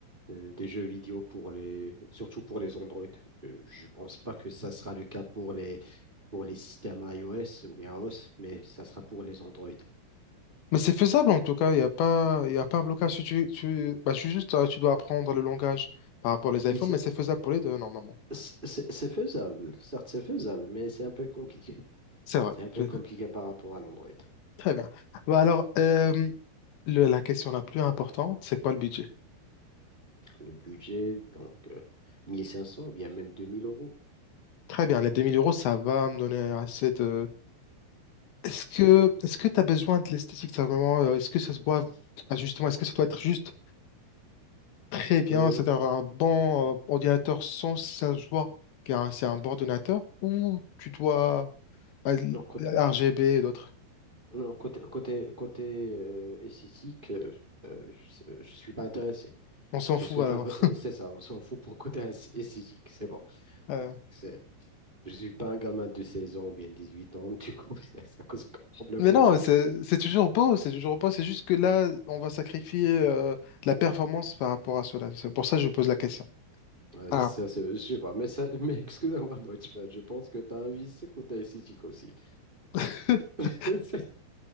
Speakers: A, on the right (about 15°); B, on the left (about 70°).
A: euh, des jeux vidéo pour les, surtout pour les Android. Euh, je ne pense pas que ça sera le cas pour les, pour les systèmes iOS ou bien iOS, mais ça sera pour les Android.
B: Mais c'est faisable en tout cas, il n'y a pas, il y a pas un blocage. Tu, tu, tu- bah, tu- juste, euh, tu dois apprendre le langage par rapport aux iPhones,
A: Oui, c'est
B: mais c'est faisable pour les deux normalement.
A: c'est- c'est faisable, certes c'est faisable, mais c'est un peu compliqué.
B: C'est vrai.
A: C'est un peu
B: <laughs>
A: compliqué par rapport à l'Android.
B: Très bien. Bah, alors, euh, le- la question la plus importante, c'est quoi le budget?
A: Le budget, donc euh, 1500 ou bien même 2000 euros.
B: Très bien, les 2000 euros, ça va me donner assez de... Est-ce que est-ce que tu as besoin de l'esthétique, ça, vraiment, euh, est-ce que ça se voit, ah, justement, est-ce que ça doit être juste très bien,
A: Euh,
B: c'est-à-dire un bon euh, ordinateur sans que ça se voit que hein, c'est un bon ordinateur, ou tu dois bah, l-
A: non, côté,
B: RGB et d'autres.
A: non, côté, côté, côté, euh, esthétique, euh, euh, je ne suis pas intéressé.
B: On s'en fout
A: Je souhaite
B: alors.
A: avoir... C'est ça, on s'en fout pour côté esth- esthétique, c'est bon.
B: Euh,
A: Donc, c'est... Je ne suis pas un gamin de 16 ans ou bien huit ans, du coup, <laughs> c'est c'est un problème
B: Mais
A: pour
B: non,
A: moi.
B: c'est c'est toujours beau, c'est toujours beau, c'est juste que là, on va sacrifier euh, de la performance par rapport à cela. C'est pour ça que je pose la question.
A: Euh,
B: Ah,
A: Ça, c'est, je sais pas, mais, ça- <laughs> mais excusez-moi, Watchman, je pense que tu as un vice côté aussi.
B: <laughs>
A: <laughs> C'est-